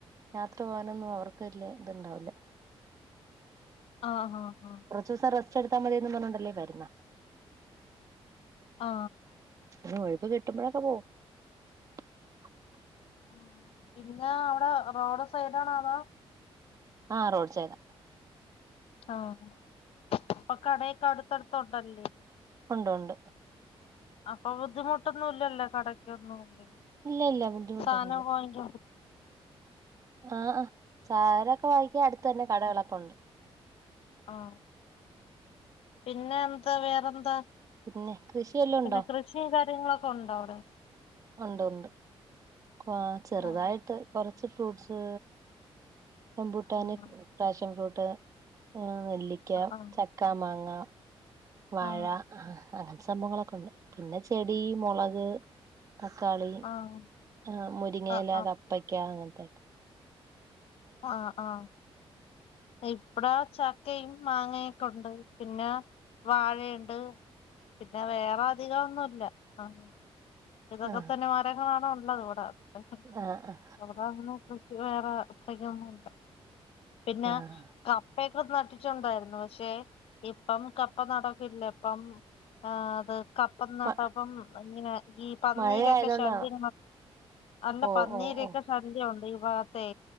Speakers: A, on the right; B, on the left.
A: യാത്ര പോകാനൊന്നും അവർക്ക് വല്ല്യ ഇത്ണ്ടാവില്ല
B: ആ ഹാ ഹാ
A: ദിസം റസ്റ്റെടുത്താൽ മതിയന്നും പറഞ്ഞുണ്ടല്ലേ വരുന്നെ
B: ആ
A: <unintelligible> <unintelligible>
B: ആ പിന്നെ അവടെ റോഡ് സൈഡാണതോ
A: ആ റോഡ് സൈഡ
B: ആ അപ്പൊ കടയൊക്കെ അടുത്തടുത്തൊണ്ടല്ലേ
A: ഒണ്ട് ഒണ്ട്
B: അപ്പൊ ബുദ്ധിമുട്ടൊന്നും ഇല്ലല്ലേ കടക്കൊന്നും ഇല്ലേ
A: ഇല്ല ഇല്ല ബുദ്ധിമുട്ടൊന്നുംല്ല
B: സാധനം വാങ്ങിക്കാൻ
A: ആ അ സാരൊക്കെ വായിക്കാ അടുത്തന്നെ കടകളൊക്കെ ഒണ്ട്
B: ആ പിന്നെന്ത് വേറെന്താ
A: പിന്നെ കൃഷി വല്ലോം
B: പിന്നെ
A: ഉണ്ടോ
B: കൃഷിയും കാര്യങ്ങളൊക്കെ ഒണ്ടോ അവടെ
A: ആ ണ്ട്ണ്ട് ആ ചെറുതായിട്ട്
B: ആഹ്
A: കൊറ- ച്ച് ഫ്രൂട്ട്സ് റംബൂട്ടാന്
B: ആഹ്
A: ഫ്രാഷം ഫ്രൂട്ട് ട്ട് ആ നെല്ലിക്ക
B: ആഹ്
A: ചക്കാ മാങ്ങ വാഴ
B: ആഹ്
A: ആ അങ്ങജ് സംഭങ്ങളൊക്കെണ്ട് പിന്നെ ചെടി മൊളക് തക്കാളി
B: ആഹ്
A: ആ മുരിങ്ങയില
B: ആഹ് ആഹ്
A: കപ്പക്ക അങ്ങനത്തെക്കെ
B: ആ ആ ദ ഇപ്പടാ ചക്കയും മാങ്ങയൊക്കൊണ്ട് പിന്നെ വാഴയുണ്ട് പിന്നെ വേറെ അധികം ഒന്നുല്ല ആ ഇതതൊക്കെന്നെമാരൊ
A: ആഹ്
B: കാണോ ല്ലതൂട <unintelligible>
A: ആഹ് ആഹ്
B: വേറെ അത്രക്കൊന്നും ല്ല പിന്നെ
A: ആഹ്
B: അ പ്പയൊക്കെ നട്ടിട്ടുണ്ടാരുന്നു ക്ഷെ ഇപ്പം കപ്പ നടക്കില്ല പ്പം ആത് കപ്പം നട്ടപ്പം
A: മ
B: ഇങ്ങനെ ഈ പന്നീരൊക്കെ
A: മഴ ആയതുകൊണ്ടാണോ
B: ശല്യ അല്ല
A: ഓ
B: പന്നീരൊക്കെ
A: ഓ ഓ
B: ശല്യ ചണ്ടിവാത്തെ